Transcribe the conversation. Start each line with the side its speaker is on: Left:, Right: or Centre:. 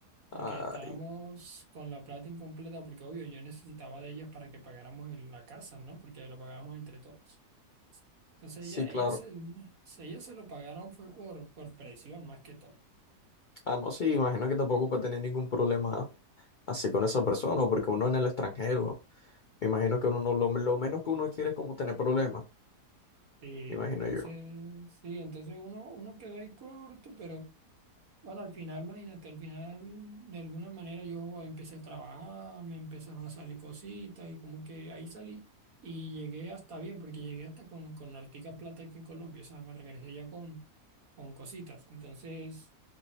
Right: Porque
Left: ay,
Right: estábamos con la plata incompleta, porque obvio, yo necesitaba de ellas para que pagáramos en la casa, ¿no? Porque lo pagábamos entre todos. Entonces
Left: sí,
Right: ella,
Left: claro.
Right: ella, se, se- ella se lo pagaron fue por, por presión más que todo.
Left: Ah, no, sí, imagino que tampoco puede tener ningún problema así con esa persona, porque uno en el extranjero, me imagino que uno no, lo, lo menos que uno quiere es como tener problemas,
Right: Sí,
Left: imagino
Right: entonces,
Left: yo.
Right: sí, entonces uno, uno quedó ahí corto, pero bueno, al final, imagínate, al final de alguna manera yo empecé a trabajar, me empezaron a salir cositas y como que ahí salí y llegué hasta bien, porque llegué hasta con, con hartica plata aquí en Colombia, o sea, me regresé ya con, con cositas. Entonces...